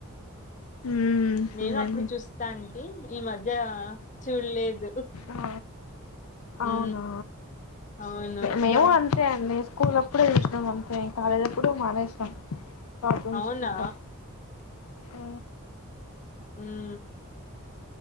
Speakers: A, on the left; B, on the left.
A: ఉమ్ చూడండి
B: నేను అప్పుడు చూస్తా అంటి ఈ మధ్య చూడలేదు
A: ఆ అవునా
B: ఉ అవును
A: మేము
B: దాన్
A: అంతే అండి స్కూల్ అప్పుడు చూసినాం అంతే కాలేజ్ అప్పుడు మానేసినాం కార్టూన్స్
B: అవునా
A: కూడా ఆ
B: ఉమ్